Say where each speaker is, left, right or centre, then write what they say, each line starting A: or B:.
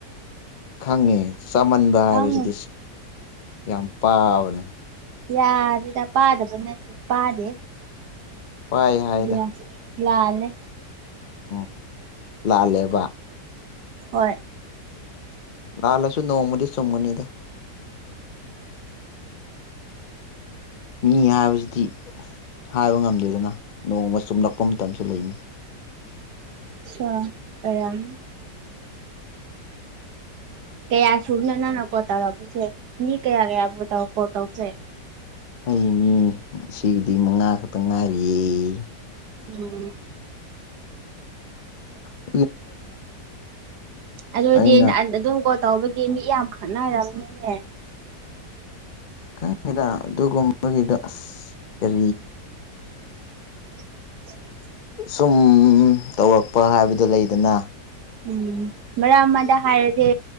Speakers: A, on the left; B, on the right.
A: ꯈꯪꯉꯦ ꯆꯃꯟꯕ ꯍꯥꯏꯕꯁꯤꯗꯤ
B: ꯈꯪꯉꯨ
A: ꯌꯥꯝ ꯄꯥꯕꯅꯦ
B: ꯌꯥꯗ ꯄꯥꯗ ꯄꯥꯗꯦ
A: ꯄꯥꯏ ꯍꯥꯏꯗ
B: ꯌꯥ ꯂꯥꯜꯂꯦ
A: ꯎꯝ ꯂꯥꯜꯂꯦꯕ
B: ꯍꯣꯏ
A: ꯂꯍꯂꯁꯨ ꯅꯧꯃꯅꯤ ꯁꯣꯃꯅꯤꯗ ꯃꯤ ꯍꯥꯏꯕꯁꯤꯗꯤ ꯍꯥꯏꯕ ꯉꯝꯗꯦꯗꯅ ꯅꯣꯡꯃ ꯆꯨꯝꯂꯛꯄ ꯃꯇꯝꯁꯨ ꯂꯩꯅꯤ
B: ꯁꯣ ꯑꯌꯥꯝꯌꯥꯝ <inaudible> ꯀꯌꯥ ꯁꯨꯕꯅꯣ ꯅꯪꯅ ꯀꯣꯠ ꯇꯧꯔꯛꯄꯁꯦ ꯃꯤ ꯀꯌꯥ ꯌꯥꯕꯅꯣ ꯇꯧꯈ꯭ꯔꯦ <inaudible>
A: ꯑꯩ ꯃꯤ ꯁꯤꯡꯗꯤ ꯃꯉꯥ ꯈꯇꯪ ꯉꯥꯏꯔꯤꯌꯦ
B: ꯎꯝ
A: ꯑ <inaudible>
B: ꯑꯗꯨꯗꯤ
A: ꯑꯩꯅ
B: ꯅ ꯑꯗꯨꯝ ꯀꯣ ꯇꯩꯕ ꯃꯤ ꯌꯥꯝ ꯈꯠꯅꯔꯝꯅꯤꯅꯦ
A: ꯀꯗ <inaudible> ꯑꯗꯨꯒꯨꯝꯕꯒꯤꯗꯨ ꯑꯁ
B: ꯎꯝ <inaudible>
A: ꯁꯨꯝ ꯇꯧꯔꯛꯄ ꯍꯥꯏꯕꯗꯣ ꯂꯩꯗꯅ
B: ꯎꯝ ꯃꯔ ꯑꯃꯗ ꯍꯥꯏꯔꯗꯦ